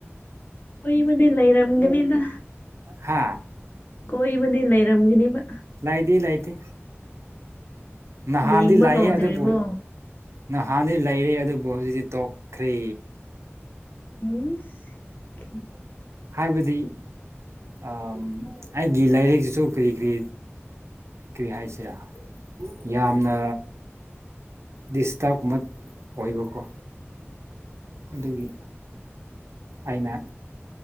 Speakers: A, on the left; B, on the right.
A: ꯀꯣꯏꯕꯗꯤ ꯂꯩꯔꯝꯒꯅꯤꯗ
B: ꯍꯥ
A: ꯀꯣꯢꯕꯗꯤ ꯂꯩꯔꯝꯒꯅꯤꯕ꯫
B: ꯂꯩꯗꯤ ꯂꯩꯇꯦ ꯅꯍꯥꯟꯗꯤ
A: ꯌꯦꯡꯕ
B: ꯂꯩꯌꯦ
A: ꯍꯧꯗ꯭ꯔꯤꯕꯣ
B: ꯑꯗꯨꯕꯨ꯫ ꯅꯍꯥꯟꯗꯤ ꯂꯩꯔꯦ ꯑꯗꯨꯕꯨ ꯍꯧꯖꯤꯛꯇꯤ ꯇꯣꯛꯈ꯭ꯔꯦ
A: ꯏꯁ
B: ꯍꯥꯏꯕꯗꯤ ꯑꯥꯜ ꯑꯩꯒꯤ ꯂꯥꯏꯔꯤꯛꯁꯤꯁꯨ ꯀꯔꯤ ꯀꯔꯤ ꯀꯔꯤ ꯍꯥꯏꯁꯦ ꯁꯤꯔ ꯌꯥꯝꯅ ꯗꯤꯁꯇꯥꯥꯎ ꯀꯃ ꯑꯣꯏꯕꯀ ꯑꯗꯨꯒꯤ ꯑꯩꯅ